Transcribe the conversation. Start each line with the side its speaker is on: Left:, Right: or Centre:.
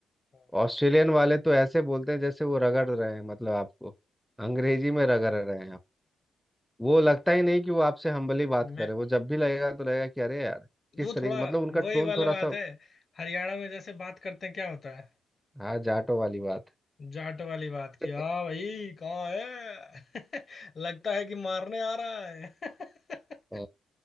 Left: हम्म।
Centre: ऑस्ट्रेलियन वाले तो ऐसे बोलते हैं जैसे वो रगड़ रहे हैं मतलब आपको अंग्रेजी में रगड़ रहे हैं आप वो लगता ही नहीं कि वो आपसे हम्बली बात
Left: मैं
Centre: कर रहे हैं। वो जब भी लगेगा तो लगेगा कि अरे यार किस
Left: वो
Centre: तरीके
Left: थोड़ा
Centre: मतलब उनका टोन
Left: वही वाला
Centre: थोड़ा
Left: बात
Centre: सा
Left: है हरियाणा में जैसे बात करते हैं क्या होता है
Centre: हाँ जाटो वाली बात
Left: जाट वाली बात की
Centre: है।
Left: हाँ
Centre: <laughs>
Left: भाई कहाँ है <laughs> लगता है कि मारने आ रहा है <laughs>
Centre: अ,